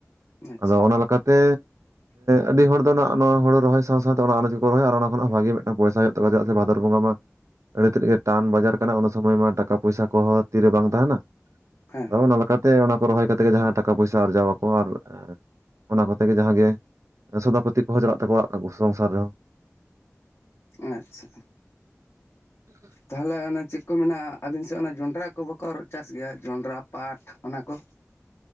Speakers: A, on the left; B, on the right.
A: ᱦᱩᱸ ᱟᱪᱪᱷᱟ
B: ᱟᱫᱚ ᱚᱱᱟ ᱞᱮᱠᱟᱛᱮ ᱟᱹᱰᱤ ᱦᱚᱲ ᱫᱚ ᱱᱟᱸᱜ ᱱᱚᱣᱟ ᱦᱩᱲᱩ ᱨᱚᱦᱚᱭ ᱥᱟᱶᱛᱮ ᱚᱱᱟᱡᱽ ᱠᱚᱠᱚ ᱨᱚᱦᱭᱟ ᱟᱨ ᱚᱱᱟ ᱠᱷᱚᱱᱟᱜ ᱵᱷᱟᱜᱤ ᱢᱤᱫᱴ ᱯᱚᱭᱥ ᱦᱩᱭᱩᱜ ᱛᱟᱠᱚ ᱪᱮᱫᱟᱜ ᱥᱮ ᱵᱷᱟᱫᱚᱨ ᱵᱚᱸᱜᱟ ᱢᱟ ᱟᱹᱰᱤ ᱛᱮᱫ ᱜᱮ ᱴᱟᱱ ᱵᱟᱡᱟᱨ ᱠᱟᱱᱟ ᱚᱱᱟ ᱥᱚᱢᱚᱭ ᱢᱟ ᱴᱟᱠᱟ ᱯᱚᱭᱥᱟ ᱠᱚᱦᱚᱸ ᱛᱤᱨᱮ ᱵᱟᱝ ᱛᱟᱦᱮᱱᱟ᱾
A: ᱦᱮᱸ ᱦᱮᱸ
B: ᱟᱫᱚ ᱚᱱᱟ ᱞᱮᱠᱟᱛᱮ ᱚᱱᱟ ᱠᱚ ᱨᱚᱦᱚᱭ ᱠᱟᱛᱮᱮᱫ ᱜᱮ ᱡᱟᱦᱟᱸᱭ ᱴᱟᱠᱟ ᱯᱚᱭᱥᱟ ᱟᱨᱡᱟᱣᱟᱠᱚ ᱟᱨ ᱚᱱᱟ ᱠᱚᱛᱮ ᱜᱮ ᱡᱟᱦᱟᱸᱜ ᱜᱮ ᱥᱚᱫᱷᱟ ᱯᱚᱛᱤ ᱠᱚᱦᱚᱸ ᱪᱟᱞᱟᱜ ᱛᱟᱠᱚᱣᱟ ᱥᱚᱝᱥᱟᱨ ᱨᱮᱦᱚᱸ
A: ᱟᱪᱪᱷᱟ
B: <inaudible>
A: ᱛᱟᱦᱚᱞᱮ ᱚᱱᱮ ᱪᱮᱫ ᱠᱚ ᱢᱮᱱᱟ ᱟᱹᱵᱤᱱ ᱥᱮᱫ ᱚᱱᱟ ᱡᱚᱱᱰᱨᱟ ᱠᱚ ᱵᱟᱠᱚ ᱪᱟᱥ ᱜᱮᱭᱟ ᱡᱚᱱᱰᱨᱟ ᱯᱟᱴ ᱚᱱᱟ ᱠᱚ?